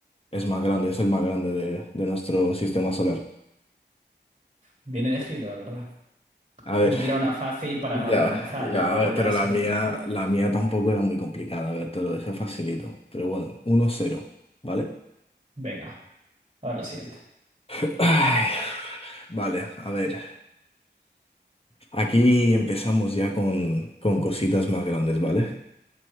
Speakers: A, on the left; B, on the right.
A: es más grande, es el más grande de, de nuestro sistema solar.
B: Bien elegido, la verdad.
A: A ver,
B: Te tira una fácil para,
A: ya,
B: para empezar,
A: ya,
B: pero luego
A: a ver,
B: ya
A: pero
B: se
A: la mía,
B: complica.
A: la mía tampoco era muy complicada. A ver, te lo dejé facilito. Pero bueno, uno cero ¿vale?
B: Venga, a ver la siguiente.
A: <clears throat> Ay, vale, a ver. Aquí empezamos ya con, con cositas más grandes, ¿vale?